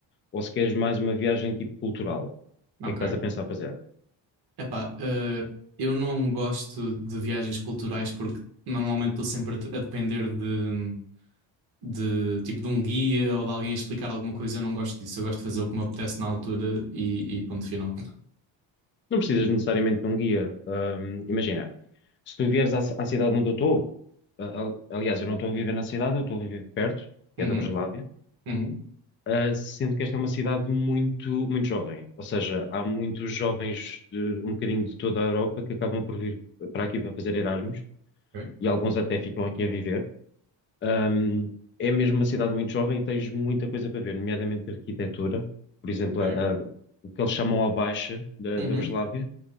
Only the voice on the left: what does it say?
ou se queres mais uma viagem tipo cultural. O
que é que estás a pensar fazer?
Não precisas necessariamente de um guia. Ahm, imagina. Se tu vieres à, à cidade onde eu estou, a- a- aliás, eu não estou a viver na cidade, eu estou a viver perto, que
é da Breslávia,
ah, sendo que esta é uma cidade muito, muito jovem. Ou seja, há muitos jovens de um bocadinho de toda a Europa que acabam por vir para aqui para fazer Erasmus
e alguns até ficam aqui a viver. Ahm, é mesmo uma cidade muito jovem e tens muita coisa para ver, nomeadamente arquitetura. Por exemplo,
a- a- o que eles chamam a Baixa da,
da Breslávia